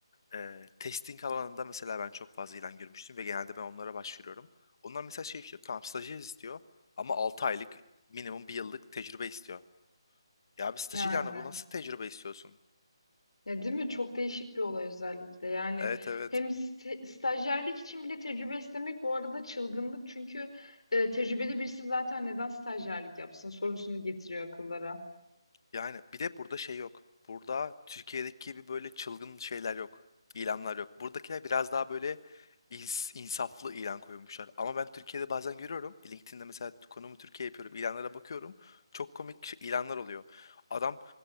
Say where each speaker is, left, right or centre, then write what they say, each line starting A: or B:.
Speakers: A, on the left; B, on the left.
A: e, testing alanında mesela ben çok fazla ilan görmüştüm ve genelde ben onlara başvuruyorum. Onlar mesela şey istiyor. Tamam stajyer istiyor ama 6 aylık minimum bir yıllık tecrübe istiyor. Ya bir staj
B: Yani.
A: ilanı bu nasıl tecrübe istiyorsun?
B: Ya değil mi? Çok değişik bir olay özellikle. Yani
A: Evet evet.
B: hem st- stajyerlik için bile tecrübe istemek bu arada çılgınlık. Çünkü e, tecrübeli birisi zaten neden stajyerlik yapsın sorusunu getiriyor akıllara.
A: Yani bir de burada şey yok. Burada Türkiye'deki gibi böyle çılgın şeyler yok. İlanlar yok. Buradakiler biraz daha böyle ins- insaflı ilan koymuşlar. Ama ben Türkiye'de bazen görüyorum. LinkedIn'de mesela konumu Türkiye yapıyorum. ilanlara bakıyorum. Çok komik şey- ilanlar oluyor. Adam